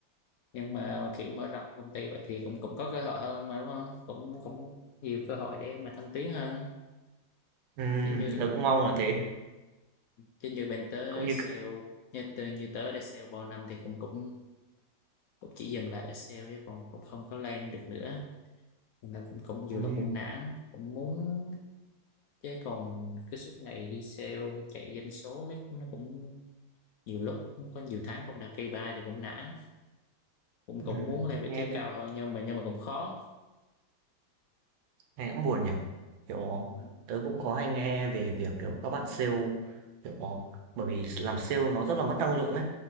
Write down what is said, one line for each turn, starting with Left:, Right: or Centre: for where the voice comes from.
Left: nhưng mà kiểu mở rộng công ty vậy thì cũng cũng có cơ hội hơn mà đúng không cũng cũng nhiều cơ hội để mà thăng tiến hơn
Right: Ừm,
Left: chứ như
Right: tớ cũng mong là thế,
Left: chứ như bên tớ
Right: cũng như
Left: sale
Right: c
Left: như từ như tớ đây sale bao năm thì cũng cũng cũng chỉ dừng lại ở sale chứ còn cũng không có lên được nữa nên là cũng, cũng nhiều
Right: ừm,
Left: lúc cũng nản cũng muốn chứ còn cứ suốt ngày đi sale chạy doanh số mấy nó cũng nhiều lúc cũng có nhiều tháng không đạt KPI thì cũng nản cũng
Right: ừm,
Left: cũng muốn lên
Right: nghe
Left: vị trí cao
Right: cũng
Left: hơn nhưng mà nhưng mà cũng khó
Right: Nghe cũng buồn nhỉ? Kiểu,
Left: ừ,
Right: tớ cũng có hay nghe về việc, kiểu, các bạn sale, kiểu bởi vì làm sale nó rất là mất năng lượng ấy.